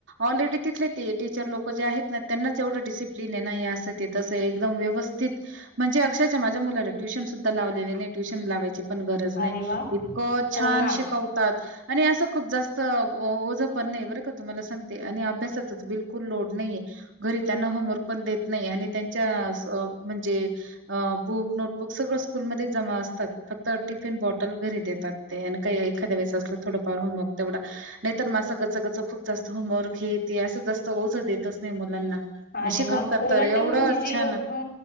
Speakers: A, on the right; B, on the left.
A: ऑलरेडी तिथले ते टीचर लोक जे आहेत ना त्यांनाच एवढं डिसिप्लिन. जीने ना हे असे तसे एकदम व्यवस्थित म्हणजे अक्षरशः माझ्या मुलाला ट्युशन सुद्धा लावलेली नाही. ट्युशन लावायची पण गरज नाही
B: अरे वा
A: इतकं
B: हो
A: छान
B: ना
A: शिकवतात आणि असे खूप जास्त, ओझ पण नाही बर का तुम्हाला सांगते आणि अभ्यासा बिलकुल लोड नाहीे घरी त्यांना होमवर्क पण देत नाहीये आणि त्यांच्या असं म्हणजे अ बुक नोटबुक सगळंच पूर्ण. ज असतात फक्त टिफिन बॉटल घरी देतात ते आणि काही एखाद्या वेळे असलं थोडंफार होमवर्क, तेवढा नाही तरर माझं गचगच खूप जास्त होमवर्क हे ते असं जास्त ओझं देतच नाही मुलांना. आणि
B: अरे
A: शिकवतात
B: वा उलट
A: तर एवढं
B: म्हणजे जे
A: छान
B: लोक ह